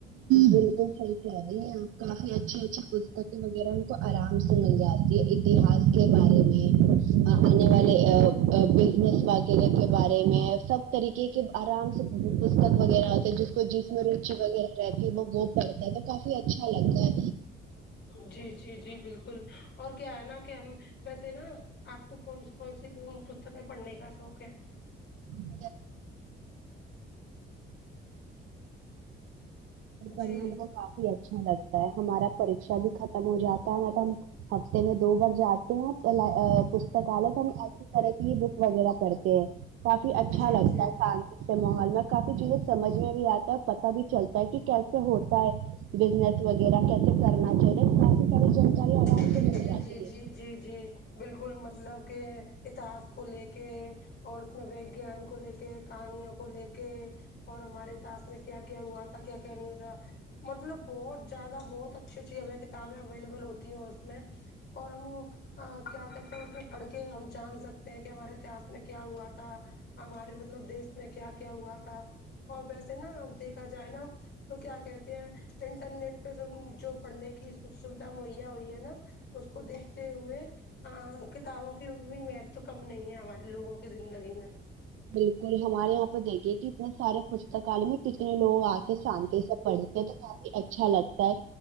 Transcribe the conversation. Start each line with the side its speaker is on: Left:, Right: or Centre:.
Right: بالکل صحیح کہہ رہی آپ کافی اچھی اچھی پستکیں وغیرہ ہم کو آرام سے مل جاتی ہے اتہاس کے بارے میں آنے
Left: جی
Right: والے آآ بزنس واقعہ کے بارے میں سب طریقے کے آرام سے پستک وغیرہ ہوتے جس کو جس میں روچی وغیرہ ابہی وہ وہ پڑتا ہے تو کافی اچھا لگتا ہے
Left: جی جی جی بالکل اور کیا ہے نا کہ ہم ویسے نا وہ کونسی کونسی پستکیں پڑھنے کا شوق ہے
Right: <inaudible> ڈا
Left: جی
Right: <inaudible> کافی اچھا لگتا ہے ہمارا پرکشا بھی ختم ہو جاتا ہے مطلب ہفتے میں دو بار جاتے ہیں پلا پستکالہ تو ہم اسی طرح کی بک وغیرہ پڑھتے ہیں کافی اچھا
Left: جی
Right: لگتا
Left: جی
Right: تھا شانتی سے ماحول میں کافی چیزیں سمجھ میں بھی آتا ہے اور پتا بھی چلتا ہے کی کیسے ہوت تا بزنس وغیرہ کیسے کرنا چاہیے کافی ساری جانکاری آرام
Left: جی
Right: سے مل
Left: جی
Right: جاتی
Left: جی جی
Right: ہے
Left: جی جی بالکل مطلب کہ اتہاس کو لے کے اور اس میں وگیان کو لے کے کہانیوں کو لے کے اور ہمارے اتہاس میں کیا کیا ہوا تھا کیا کیا نہیں ہوا تھا مطلب بہت زیادہ بہت اچھی اچھی ہمیں کتابیں اویلیبل ہوتی ہے اس میں اور ہم وہ آں کیا کہتے ہیں اس میں پڑھ کے ہم جان سکتے ہیں کہ ہمارے اتہاس میں کیا ہوا تھا ہمارے مطلب دیس میں کیا کیا ہوا تھا اور ویسے نا دیکھا جائے نا تو کیا کہتے ہیں انٹرنیٹ پہ جو جو پڑھنے کی سویدھا مہیا ہوئی ہے نا اس کو دیکھتے ہوئے آاں کتابوں کی بھی مت تو کم نہیں ہے ہمارے لوگوں کی زندگی میں
Right: بالکل ہمارے یہاں پہ دیکھیے کی نے سارے پستکالے میں کتنے لوگ آ کے شانتی سے پڑھتے ہیں تو کافی اچھا لگتا ہے